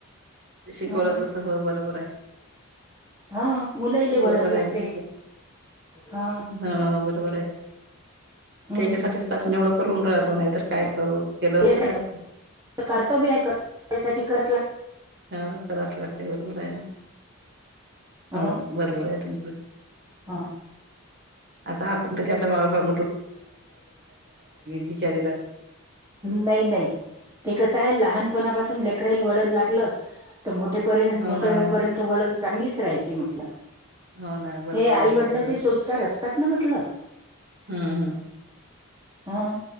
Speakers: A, on the right; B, on the right.
A: शिकवलं
B: हा.
A: तसं हो बरोबर आहे.
B: हा मुलंले
A: बरोबर
B: वळण
A: आहे
B: लागते.
A: ना तुमचं
B: हा
A: हो बरोबर आहे
B: हम्म.
A: त्याच्यासाठीच तर आपण एवढं करून राहिलो नाही तर काय करू केलं असतं
B: त्यासाठी
A: का आपण..
B: कर्तव्य आहे कर त्यासाठी कर.
A: हा कराच लागते बरोबर आहे ना
B: हा
A: हो बरोबर आहे तुमचं.
B: हा.
A: आता आपण तरी आपल्या भागात बिचारे तर
B: नाही नाही ते कस लहानपणापासून लेकराईल वळण लागलं तर मोठेपर्यंत
A: हो
B: मोठ
A: ना
B: होईपर्यंत वळण चांगलीच राहते म्हटलं
A: हो ना बरोबर
B: हे आईवडिलाचे
A: आहे ना तुमचं
B: संस्कार असतात ना म्हटलं
A: हम्म हम्म
B: हम